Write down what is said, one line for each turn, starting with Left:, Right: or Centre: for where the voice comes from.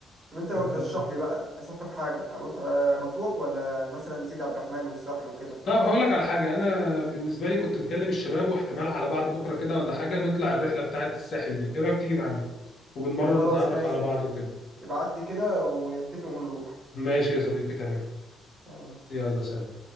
Right: طب انت لو ترشح
Left: قوي
Right: لي بقى اسافر حاجه اروح آه، مطروح ولا مثلا سيدي عبد الرحمن والساحل وكده
Left: طب هقول لك على حاجة أنا بالنسبة لي كنت مكلم الشباب واحتمال على بعد بكرة كده ولا حاجة نطلع الرحلة بتاعة الساحل دي إيه رأيك تيجي معانا وبالمرة
Right: طب خلاص
Left: نتعرف
Right: ماشي
Left: على بعض وكده
Right: ابعت لي كده ونتفق ونروح
Left: ماشي يا صديقي تمام
Right: تمام
Left: يلا سلام